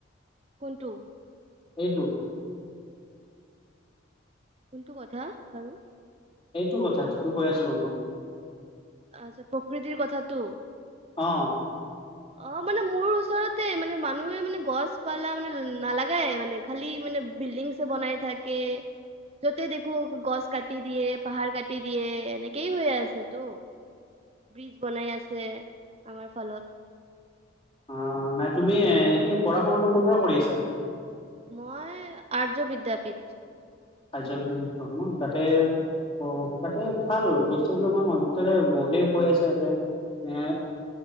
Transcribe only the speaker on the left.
<unintelligible>
এইতো কথা যিটো কৈ আছোঁ আমি।
অ'।
অ', নাই তুমি সেই পঢ়া শুনাটো ক'ৰ পৰা কৰি আছা?
আৰ্য বিদ্যাপীঠ ন তাতে অ', তাতে ভাল বস্তু বিলাক অকমান মাজতে বহুতেই কৈ আছে ইয়াতে। এ